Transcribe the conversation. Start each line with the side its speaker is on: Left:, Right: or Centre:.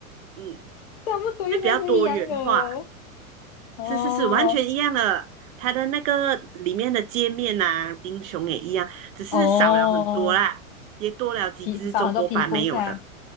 Right: 嗯，
Left: 不多应该是一样的。
Right: 就比较多元化。
Left: 哦
Right: 是是是，完全一样的。它的那个里面的界面啊，英雄也一样，只是少了很多啦，
Left: 哦，
Right: 也多了几只中国版没有的。
Left: 皮少很多皮肤噻。